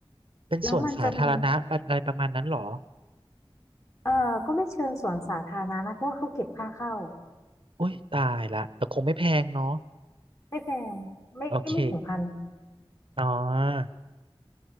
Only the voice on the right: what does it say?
เป็นสวนสาธารณะอะไรประมาณนั้นเหรอ
อุ้ยตายละแต่คงไม่แพงเนาะ
โอเคอ๋อ